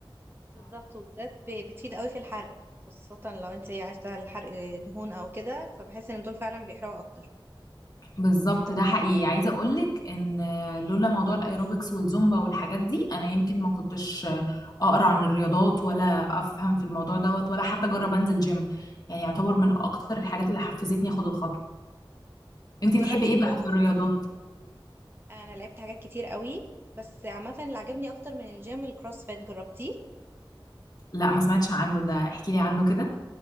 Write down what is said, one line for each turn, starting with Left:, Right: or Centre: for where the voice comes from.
Right: بالظبط وبالذات ب- بتفيد قوي في الحرق خاصة لو انت ايه عايزة الحرق دهون او كده فبحس ان دول فعلا بيحرقوا اكتر
Left: بالظبط ده حقيقي عايزه اقولك ان لولا موضوع الايروبكس والزومبا والحاجات دي انا يمكن ما كنتش اقرا عن الرياضات ولا افهم في الموضوع دوت ولا حتى اجرب انزل جيم يعني يعتبر من اكتر الحاجات اللي حفزتني اخد الخطوه انتي
Right: طب جربتي
Left: تحبي ايه
Right: كروس
Left: بقى في الرياضات
Right: انا لعبت حاجات كتير قوي بس عامة اللي عجبني اكتر من الجيم الكروس فيت جربتيه
Left: لا ما سمعتش عنه ده احكي لي عنه كده